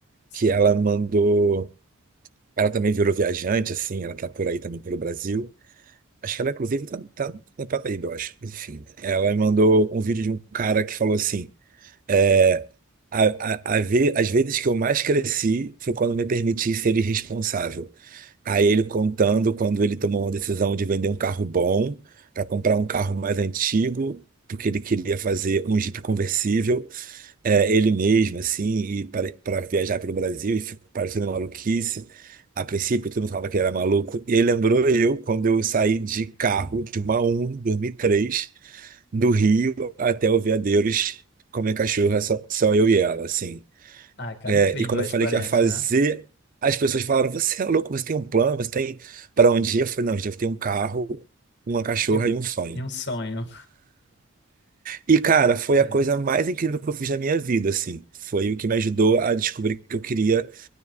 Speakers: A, on the left; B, on the right.
A: sim.
B: que ela mandou. Ela também virou viajante, assim, ela tá por aí também pelo Brasil. Acho que ela, inclusive, tá, tá na Paraíba, eu acho. Enfim, ela me mandou um vídeo de um cara que falou assim. É, a, a, a ve- as vezes que eu mais cresci foi quando me permiti ser irresponsável. Aí ele contando quando ele tomou uma decisão de vender um carro bom para comprar um carro mais antigo, porque ele queria fazer um Jeep conversível, é, ele mesmo, assim, e para viajar pelo Brasil, e ficou parecendo uma maluquice. A princípio, todo mundo falava que ele era maluco. E ele lembrou eu quando eu saí de carro de uma Uno em 2003 do rio até o Veadeiros com minha cachorra, só, só eu e ela, assim.
A: Ai, cara,
B: É,
A: incrível
B: e quando
A: a
B: eu
A: experiência,
B: falei que ia fazer,
A: né?
B: as pessoas falaram: Você é louco, você tem um plano, você tem para onde ir? Eu falei: Não, gente, eu tenho um carro, uma cachorra
A: E, um-
B: e um sonho.
A: e um sonho.
B: E, cara, foi
A: Sim.
B: a coisa mais incrível que eu fiz na minha vida, assim. Foi o que me ajudou a descobrir que eu queria